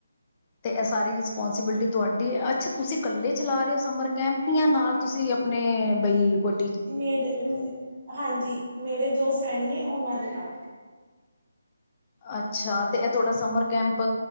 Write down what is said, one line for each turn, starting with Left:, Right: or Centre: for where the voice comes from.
Left: ਤੇ ਇਹ ਸਾਰੀ ਰਿਸਪੋਂਸੀਬਿਲਿਟੀ ਤੁਹਾਡੀ ਅੱਛਾ ਤੁਸੀਂ ਇਕੱਲੇ ਚਲਾ ਰਹੇ ਹੋ ਸਮਰ ਕੈਂਪੀਆਂ ਨਾਲ ਤੁਸੀਂ ਆਪਣੇ ਬਈ ਕੁਛ
Right: ਮੇਰੇ ਹਾਂਜੀ ਮੇਰੇ ਦੋ ਫਰੈਂਡ ਨੇ ਉਹਨਾਂ ਦੇ ਨਾਲ
Left: ਅੱਛਾ ਤੇ ਇਹ ਤੁਹਾਡਾ ਸਮਰ ਕੈਂਪ